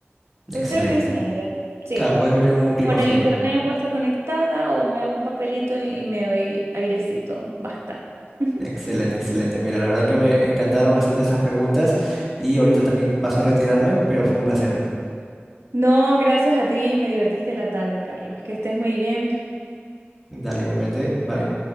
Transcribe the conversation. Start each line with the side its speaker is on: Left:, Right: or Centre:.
Centre: Excelente.
Right: Prefiero vivir sin aire. Sí.
Centre: Claro, puedes vivir en un clima
Right: Con
Centre: frío.
Right: el internet puedo estar conectada o me hago un papelito y y me doy airecito. Basta. <laughs>
Centre: Excelente, excelente. Mira, la verdad que me encantaron hacerte estas preguntas y ahorita también paso a retirarme, pero fue un placer.
Right: No, gracias a ti. Me divertiste la tarde, Carlos. Que estés muy bien.
Centre: Dale, igualmente. Bye.